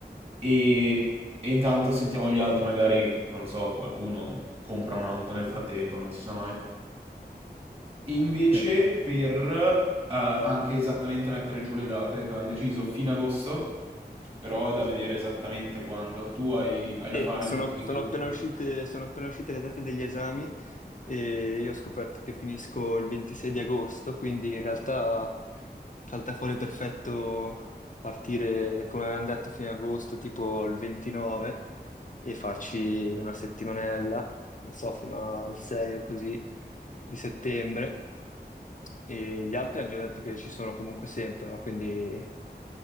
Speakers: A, on the right; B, on the left.
A: E, e intanto sentiamo gli altri, magari, non lo so, qualcuno compra un'auto nel frattempo, non si sa mai. Invece
B: Eh.
A: per eh, anche esattamente mettere giù le date che avevano deciso fino agosto, però è da vedere esattamente quando. Tu hai, hai
B: E
A: da fare
B: sono,
A: in quel periodo
B: sono
A: così.
B: appena uscite, sono appena uscite le date degli esami e io ho scoperto che finisco il 26 di agosto, quindi in realtà salta fuori perfetto partire, come avevamo detto, fine agosto, tipo il 29, e farci una settimanella, non so, fino al 6 o così di settembre. E gli altri hanno già detto che ci sono comunque sempre, no? Quindi